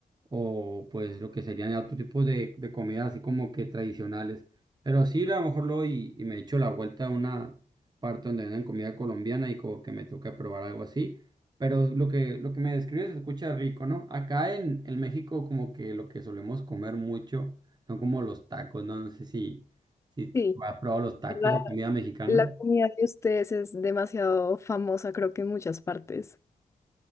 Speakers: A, on the right; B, on the left.
A: o pues lo que serían otros tipos de, de comidas así como que tradicionales. Pero sí, a lo mejor lo y, y me echo la vuelta a una parte donde venden comida colombiana y como que me toca probar algo así. Pero lo que, lo que me describes se escucha rico, ¿no? Acá en, en México como que lo que solemos comer mucho son como los tacos, ¿no? No sé si, si
B: Sí.
A: has probado los tacos
B: La,
A: o comida mexicana.
B: la comida de ustedes es demasiado famosa, creo que en muchas partes.